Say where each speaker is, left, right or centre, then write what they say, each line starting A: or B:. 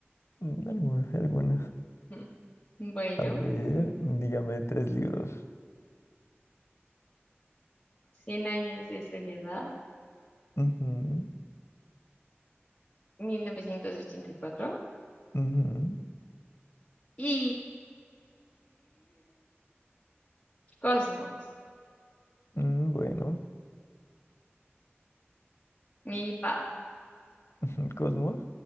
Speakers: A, on the left (about 80°); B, on the left (about 20°).
A: Mm, Algunas, algunas.
B: <laughs> Bueno,
A: A ver, dígame tres libros.
B: cien años de soledad,
A: Ujú,
B: mil novecientos ochenta Y cuatro
A: ujú.
B: y Cosmos,
A: Mm, bueno,
B: mi fab.
A: <laughs> Cosmos.